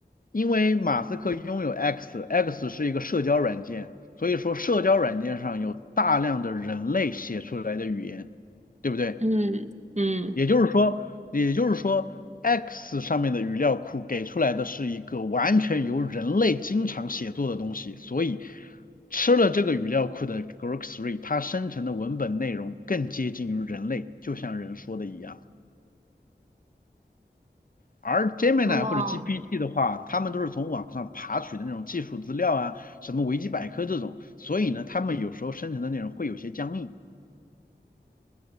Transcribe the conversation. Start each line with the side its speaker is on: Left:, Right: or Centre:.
Left: 因为马斯克拥有 X，X 是一个社交软件，所以说社交软件上有大量的人类写出来的语言，对不对？
Right: 嗯嗯，
Left: 也就是说，也就是说，X 上面的语料库给出来的是一个完全由人类经常写作的东西，所以吃了这个语料库的 g r o k Three，它生成的文本内容更接近于人类，就像人说的一样。而 Gemini
Right: 哦，
Left: 或者 GPT 的话，他们都是从网上爬取的那种技术资料啊，什么维基百科这种，所以呢，他们有时候生成的内容会有些僵硬。